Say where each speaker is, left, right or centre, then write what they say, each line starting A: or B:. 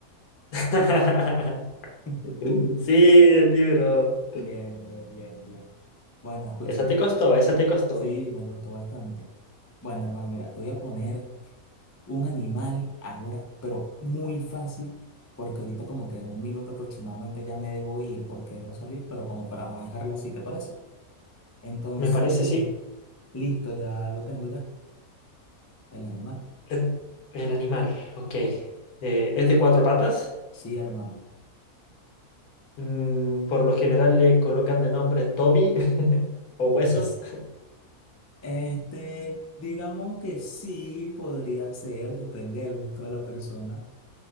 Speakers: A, on the left (about 80°); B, on the left (about 25°).
A: <laughs>
B: <laughs>
A: Sí, el libro.
B: Bien, bro, bien, bien. Bueno, escúchame.
A: Esa te costó, esa te costó.
B: Sí, me gustó bastante. Bueno, hermano, mira, te voy a poner un animal ahora, pero muy fácil, porque ahorita como que en un minuto aproximadamente ya me debo ir porque debo salir, pero como para no dejarlo así, ¿te parece? Entonces,
A: Me parece, sí.
B: Listo, ya lo tengo ya, el animal.
A: El, el animal, ok. Eh, es de cuatro patas.
B: Sí, hermano.
A: Mm, por lo general le colocan de nombre Toby <laughs> o huesos.
B: Eh, Este, digamos que sí podría ser, depende del gusto de la persona.